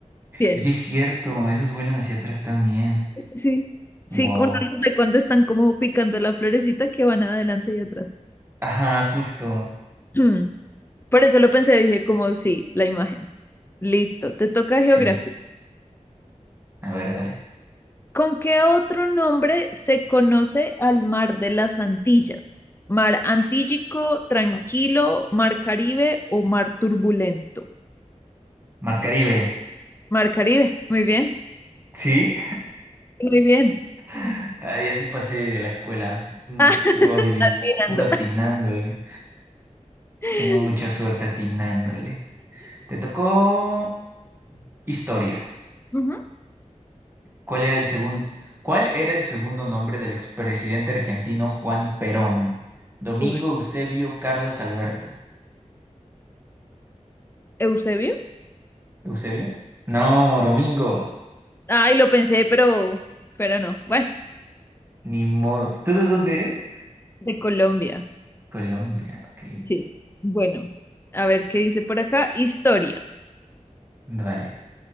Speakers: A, on the left (about 20°); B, on the right (about 20°).
A: Bien.
B: Oye, es cierto, esos vuelan hacia atrás también.
A: Sí, sí,
B: Wow.
A: uno los ve cuando están como picando la florecita que van adelante y atrás.
B: Ajá, justo.
A: <clears throat> Por eso lo pensé, dije como sí, la imagen. Listo, te toca
B: Sí,
A: geografía.
B: a ver, dale.
A: ¿Con qué otro nombre se conoce al mar de las Antillas? ¿Mar Antillico, Tranquilo, Mar Caribe o Mar Turbulento?
B: Mar Caribe,
A: Mar Caribe, muy bien,
B: ¿sí?
A: muy bien. <laughs>
B: <laughs> Ay, así pasé la escuela. Mm,
A: Ah,
B: Puro adiví,
A: adivinando.
B: puro atinándole.
A: <laughs>
B: Tengo mucha suerte atinándole. Te tocó historia.
A: Ujú.
B: ¿Cuál era el segundo, cuál era el segundo nombre del expresidente argentino Juan Perón? Domingo
A: Ush,
B: Eusebio Carlos Alberto.
A: Eusebio.
B: ¿Eusebio? No, Domingo.
A: Ay, lo pensé, pero, pero no. Bueno,
B: Ni modo. ¿Tú de dónde eres?
A: de Colombia.
B: Colombia, ok.
A: Sí. Bueno, a ver qué dice por acá. Historia.
B: Vale.